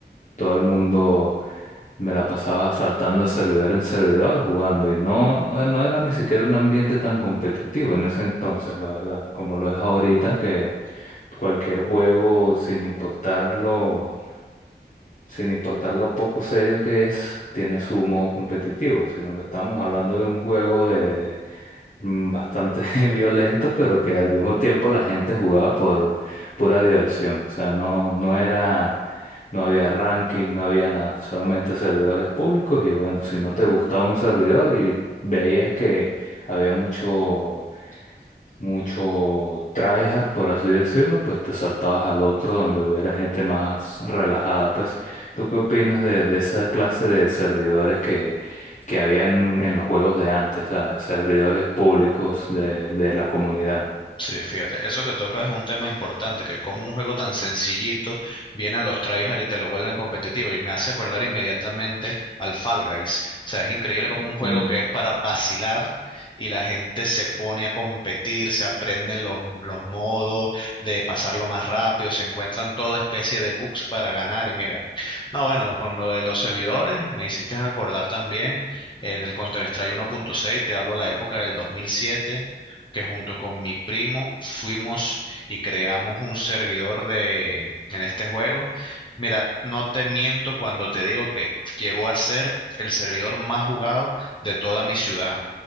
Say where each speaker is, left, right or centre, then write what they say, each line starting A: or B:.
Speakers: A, on the left; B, on the left.
A: todo el mundo me la pasaba saltando de servidor en servidor jugando y no, no, no era ni siquiera un ambiente tan competitivo en ese entonces, la verdad, como lo es ahorita que cualquier juego sin importarlo sin importar lo poco serio que es, tiene su modo competitivo, sino que estamos hablando de un juego de mm, bastante <laughs> violento, pero que al mismo tiempo la gente jugaba por pura diversión. O sea, no, no era, no había ranking, no había nada, solamente servidores públicos y bueno, si no te gustaba un servidor y veías que había mucho mucho tryhard, por así decirlo, pues te saltabas al otro donde hubiera gente más relajada. Pues, ¿tú qué opinas de, de esa clase de servidores que, que habían en los juegos de antes, ¿sabes? Servidores públicos de, de la comunidad.
B: Sí, fíjate, eso que tocas es un tema importante, que como un juego tan sencillito vienen los tryhard y te lo vuelven competitivo y me hace acordar inmediatamente al Fall Guys. O sea, es increíble como
A: Mm,
B: un juego que es para vacilar y la gente se pone a competir, se aprenden los, los modos de pasarlo más rápido, se encuentran toda especie de bugs para ganar y mira. No, bueno, con lo de los servidores me hiciste acordar también en el Counter-Strike uno punto seis, te hablo la época del dos mil siete que junto con mi primo fuimos y creamos un servidor de en este juego. Mira, no te miento cuando te digo que llegó a ser el servidor más jugado de toda mi ciudad.